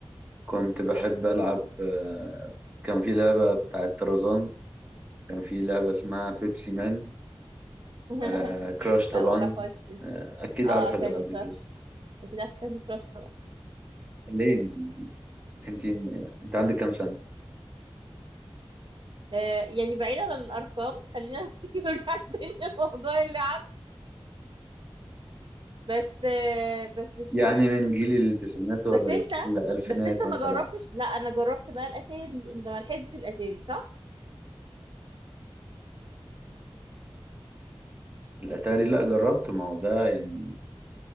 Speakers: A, on the right; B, on the right.
A: كنت بحب ألعب آه، كان في لعبة بتاعة طرزان كان في لعبة اسمها بيبسي مان
B: <laughs>
A: آه، كراش
B: لا
A: طبعا
B: معرفهاش دي.
A: آه، أكيد
B: اه
A: عارفة
B: كاندي
A: الألعاب
B: كراش
A: دي كلها
B: اكيد عارفه كاندي كراش طبعا
A: ليه أنت أنت أنت أنت عندك كام سنة؟
B: آه يعني بعيدا عن الارقام خلينا <laughs> نرجع تاني لموضوع اللعب بس آه بس في
A: يعني من جيل التسعينات ولا
B: بس انت
A: الألفينات
B: بس انت ما
A: مثلا
B: جربتش لا انا جربت بقى الاتاري انت ما لحقتش الاتاري صح
A: الأتاري لا جربته ما هو ده يعني